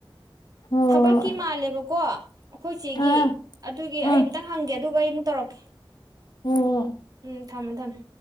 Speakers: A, on the left; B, on the right.
A: ꯍꯣꯏ
B: ꯊꯕꯛꯀꯤ
A: ꯍꯣꯏ ꯍꯣꯏ
B: ꯃꯥꯜꯂꯦꯕꯀꯣ ꯑꯩꯈꯣꯏ ꯆꯦꯒꯤ
A: ꯑꯥ ꯑꯥ
B: ꯑꯗꯨꯒꯤ
A: ꯍꯣꯏ
B: ꯑꯩ ꯑꯃꯝꯇꯪ ꯍꯪꯒꯦ ꯑꯗꯨꯒ ꯑꯩꯃꯨꯛ ꯇꯧꯔꯛꯀꯦ
A: ꯍꯣꯏ
B: ꯎꯝ ꯊꯝꯃꯃꯦ ꯊꯝꯃꯃꯦ